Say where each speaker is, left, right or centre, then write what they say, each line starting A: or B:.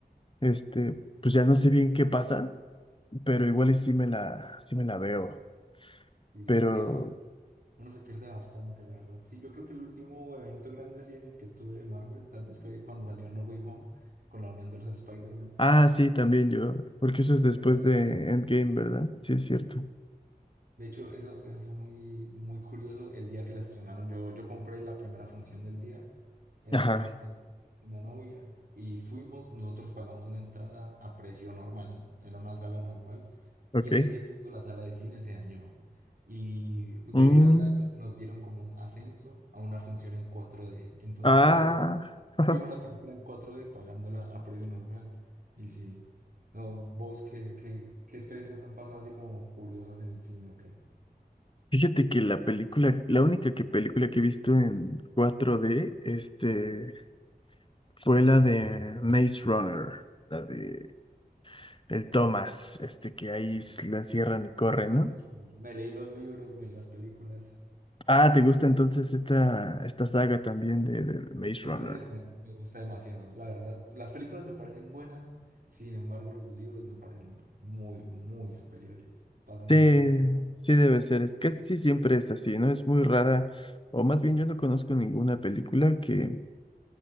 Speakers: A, on the left (about 30°); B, on the right (about 60°).
A: Este, pues ya no sé bien qué pasa, pero igual y sí me la, sí me la veo.
B: Y sí,
A: Pero,
B: sí, uno se- Uno se pierde bastante, la verdad. Sí, yo creo que el último evento grande así en el que estuve de Marvel tal vez fue cuando salió No Way Home con la unión de los Spider-Man.
A: ah, sí, también yo, porque
B: eh,
A: eso es después
B: Era obligatorio.
A: de Endgame, ¿verdad? Sí, es cierto.
B: De hecho, eso, eso fue muy, muy curioso. El día que la estrenaron, yo, yo compré la primera función del día. En
A: Ajá,
B: ese momento tenía una novia y fuimos, nosotros pagamos una entrada a precio normal, era una sala normal.
A: ok.
B: Y ese día justo la sala de cine se dañó. Y debido
A: Mm,
B: al daño nos dieron como un ascenso a una función en cuatro d Entonces
A: ah,
B: fue muy- <laughs>
A: <laughs>
B: vimos la película en cuatro d pagándola a precio normal. Y sí, no, vos qué, qué, qué experiencias han pasado así como curiosas en el cine, o qué
A: fíjate que la película, la única que película que he visto en 4D, este. Fue la de Maze Runner, la de el Thomas,
B: Sí, sí, sí,
A: este que ahí
B: sí.
A: s- lo encierran y
B: Conozco
A: corren, ¿no?
B: Maze Runner. Me leí los libros, me vi las películas.
A: Ah, ¿te gusta entonces esta, esta saga también de, de Maze
B: Maze
A: Runner?
B: Runner me, me gusta demasiado, la verdad. Las películas me parecen buenas, sin embargo, los libros me parecen muy, muy superiores. Pasan
A: Sí,
B: demasiadas.
A: sí debe ser, es casi siempre es así, ¿no? Es muy rara, o más bien yo no conozco ninguna película que,